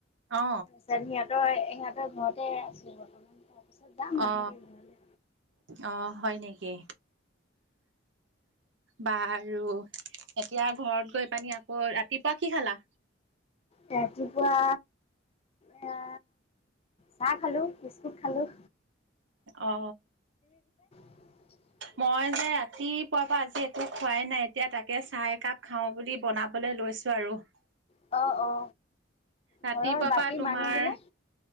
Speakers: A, on the right; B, on the left.
A: অ,
B: আছে হি, সিহঁতৰ, সিহঁতৰ ঘৰতে আছো, বৰ্তমান। তাৰপিছত যাম লাহেকে
A: অ,
B: ঘৰলৈ।
A: অ, হয় নিকি? বাৰু এতিয়া ঘৰত গৈ পানি, আকৌ ৰাতিপুৱা কি খালা?
B: ৰাতিপুৱা, এয়া চাহ খালো, বিস্কুট খালো।
A: অ,
B: <inaudible>
A: মই যে ৰাতিপুৱাৰ পৰা আজি একো খোৱাই নাই, এতিয়া তাকে চাহ একাপ খাও বুলি বনাব লৈছো, আৰু।
B: অ, অ,
A: ৰাতিপুৱা
B: ঘৰৰ বাকী
A: পৰা তোমাৰ
B: মানুহ বিলাক